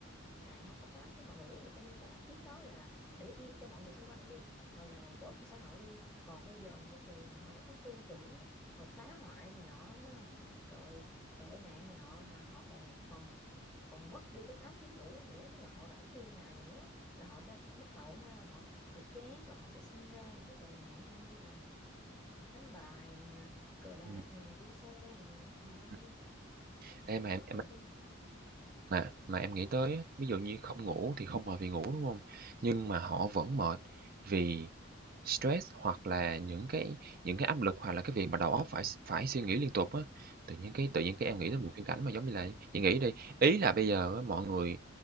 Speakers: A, in the centre; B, on the right.
A: ngày họ có 8 tiếng họ ngủ thì coi như 8 tiếng đó là để yên cho mọi người xung quanh đi hoặc là tốt cho xã hội đi còn bây giờ những cái người mà họ đã có tư tưởng mà phá hoại này nọ thấy không? rồi tệ nạn này nọ mà họ còn còn còn mất đi cái 8 tiếng ngủ đó nữa tức là họ rảnh nguyên ngày nữa là họ sẽ bắt đầu ha họ họ chán và họ sẽ sinh ra những cái tệ nạn như như là đánh bài nè cờ bạc
B: Ừm,
A: nè đua xe nè trời ơi
B: ừm. Ê, mà
A: cái
B: em
A: nó tùm lum
B: Mà mà em nghĩ tới á, ví dụ như không ngủ thì không mệt vì ngủ, đúng không Nhưng mà họ vẫn mệt vì stress hoặc là những cái những cái áp lực hoặc là cái việc mà đầu óc phải s phải suy nghĩ liên tục á. Tự nhiên cái tự nhiên cái
A: Ừ.
B: em nghĩ tới một viễn cảnh mà giống như là chị nghĩ đi, ý là bây giờ á mọi người